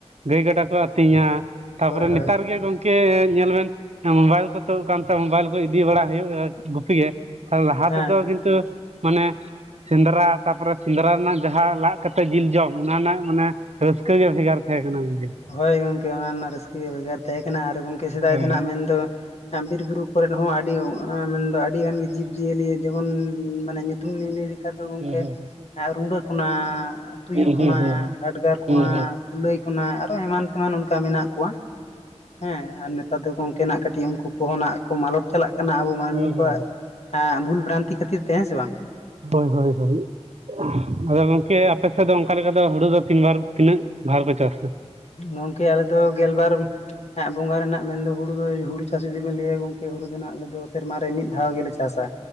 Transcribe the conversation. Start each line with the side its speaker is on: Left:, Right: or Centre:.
Right: ᱜᱟᱹᱭ ᱜᱟᱰᱟ ᱠᱚ ᱟᱹᱛᱤᱧᱟ ᱛᱟᱯᱚᱨᱮ
Left: ᱦᱳᱭ
Right: ᱱᱮᱛᱟᱨ
Left: ᱦᱳᱭ
Right: ᱜᱮ ᱜᱚᱢᱠᱮ ᱧᱮᱞ ᱵᱮᱱ ᱢᱳᱵᱟᱭᱤᱞ ᱠᱚ ᱛᱳᱜ ᱠᱟᱱᱛᱮ, ᱢᱳᱵᱟᱭᱤᱞ ᱠᱚ ᱤᱫᱤ ᱵᱟᱲᱟ ᱦᱩᱭᱩᱜᱼᱟ ᱜᱩᱯᱤ ᱜᱮ ᱾ ᱞᱟᱦᱟ
Left: ᱦᱮᱸ
Right: ᱛᱮᱫᱚ ᱠᱤᱱᱛᱩ ᱢᱟᱱᱮ ᱥᱮᱸᱫᱽᱨᱟ ᱛᱟᱯᱚᱨᱮ ᱥᱮᱸᱫᱽᱨᱟ ᱨᱮᱱᱟᱜ ᱡᱟᱦᱟᱸ ᱞᱟᱜ ᱠᱟᱛᱮ ᱡᱤᱞ ᱡᱚᱢ ᱚᱱᱟ ᱨᱮᱱᱟᱜ ᱢᱟᱱᱮ ᱨᱟᱹᱥᱠᱟᱹ ᱜᱮ ᱵᱷᱮᱜᱟᱨ ᱛᱟᱦᱮᱸ ᱠᱟᱱᱟ ᱜᱚᱢᱠᱮ ᱾
Left: ᱦᱳᱭ ᱜᱚᱢᱠᱮ ᱚᱱᱟ ᱨᱮᱱᱟᱜ ᱨᱟᱹᱥᱠᱟᱹ ᱜᱮ ᱵᱷᱮᱜᱟᱨ ᱛᱟᱦᱮᱸ ᱠᱟᱱᱟ, ᱟᱨ ᱜᱚᱢᱠᱮ ᱥᱮᱫᱟᱭ
Right: ᱦᱳᱭ
Left: ᱛᱮᱱᱟᱜ ᱢᱮᱱ ᱫᱚ ᱵᱤᱨ ᱵᱩᱨᱩ ᱠᱚᱨᱮᱫ ᱦᱚᱸ ᱟᱹᱰᱤ ᱢᱮᱱᱫᱚ ᱟᱹᱰᱤ ᱜᱟᱱ ᱜᱮ ᱡᱤᱵᱽ ᱡᱤᱭᱟᱹᱞᱤ ᱡᱮᱢᱚᱱ ᱢᱟᱱᱮ ᱧᱩᱛᱩᱢ ᱞᱟᱹᱭ ᱞᱮᱠᱷᱟ ᱫᱚ ᱜᱚᱢᱠᱮ
Right: ᱦᱳᱭ
Left: ᱨᱩᱰᱟᱹ ᱠᱷᱚᱱᱟᱜ ᱛᱩᱭᱩ
Right: ᱦᱮᱸ
Left: ᱠᱷᱚᱱᱟᱜ,
Right: ᱦᱮᱸ ᱦᱮᱸ ᱦᱮᱸ ᱦᱮᱸ
Left: ᱦᱟᱰᱜᱟᱨ ᱠᱷᱚᱱᱟᱜ
Right: ᱦᱮᱸ
Left: ᱠᱩᱞᱟᱹᱭ ᱠᱷᱚᱱᱟᱜ ᱟᱨᱚ ᱮᱢᱟᱱ ᱛᱮᱢᱟᱱ ᱚᱱᱠᱟ ᱢᱮᱱᱟᱜ ᱠᱚᱣᱟ ᱦᱮᱸ ᱟᱨ ᱱᱮᱛᱟᱨ ᱫᱚ ᱜᱚᱢᱠᱮ ᱱᱟᱜ ᱠᱟᱹᱴᱤᱡ ᱩᱱᱠᱩ ᱠᱚᱦᱚᱸ ᱱᱟᱜ ᱠᱚ ᱢᱟᱞᱚᱴ ᱪᱟᱞᱟᱜ ᱠᱟᱱᱟ, ᱟᱵᱚ ᱢᱟᱹᱱᱢᱤ
Right: ᱦᱳᱭ ᱦᱳᱭ
Left: ᱠᱚᱣᱟᱜ ᱮᱸ ᱵᱷᱩᱞ ᱵᱨᱟᱱᱛᱤ ᱠᱷᱟᱹᱛᱤᱨ ᱛᱮ ᱦᱮᱸ ᱥᱮ ᱵᱟᱝ ᱾
Right: ᱦᱳᱭ, ᱦᱳᱭ, ᱦᱳᱭ᱾ ᱟᱫᱚ ᱜᱚᱢᱠᱮ ᱟᱯᱮ ᱥᱮᱫ ᱫᱚ ᱚᱱᱠᱟ ᱞᱮᱠᱟ ᱫᱚ ᱦᱩᱲᱩ ᱫᱚ ᱛᱤᱱ ᱵᱟᱨ ᱛᱤᱱᱟᱹᱜ ᱵᱷᱟᱨ ᱠᱚᱠᱚ ᱪᱟᱥᱟ?
Left: ᱜᱚᱝᱠᱮ ᱟᱞᱮ ᱫᱚ ᱜᱮᱞ ᱵᱟᱨ ᱦᱟᱸᱜ ᱵᱚᱸᱜᱟ ᱨᱮᱱᱟᱜ ᱢᱮᱱ ᱦᱩᱲᱩ ᱫᱚ ᱦᱩᱲᱩ ᱪᱟᱥ ᱡᱩᱫᱤ ᱠᱚ ᱞᱟᱹᱭᱟ ᱜᱚᱝᱠᱮ, ᱦᱩᱲᱩ ᱨᱮᱱᱟᱜ ᱟᱞᱮ ᱫᱚ ᱥᱮᱨᱢᱟ ᱨᱮ ᱢᱤᱫ ᱫᱷᱟᱣ ᱜᱮᱞᱮ ᱪᱟᱥᱟ,